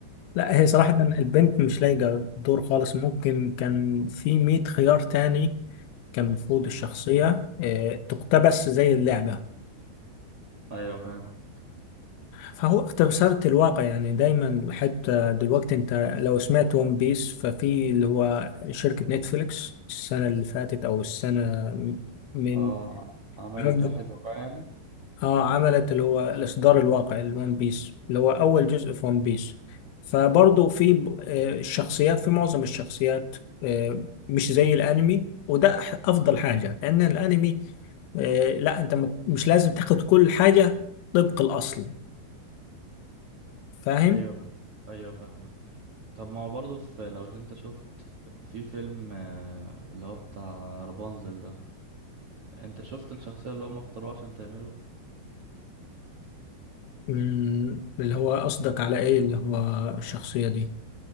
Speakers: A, on the left (about 80°); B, on the right (about 55°).
A: لا هي صراحة
B: أنت فاهم؟
A: البنت مش لايقة الدور خالص ممكن كان في 100 خيار تاني كان المفروض الشخصية آه، تقتبس زي اللعبة
B: ايوه فاهم
A: فهو تمثال الواقع يعني دايما حتى دلوقتي انت لو سمعت ون بيس ففي اللي هو شركة نتفليكس السنة اللي فاتت او السنة من
B: اه ع- عملت
A: مم.
B: واحد وقع يعني
A: اه عملت اللي هو الاصدار الواقعي الون بيس اللي هو اول جزء في ون بيس فبرضه في ب- آه، الشخصيات في معظم الشخصيات آه، مش زي الانمي وده أح- افضل حاجة لان الانمي آه، لا انت م- مش لازم تاخد كل حاجة طبق الاصل فاهم
B: ايوه ايوه فاهم طب ما هو برضه في لو انت شفت في فيلم آه، اللي هو بتاع رابنزل ده انت شفت الشخصية اللي هم اختاروها عشان تعمله
A: مم، اللي هو قصدك على ايه اللي هو الشخصية دي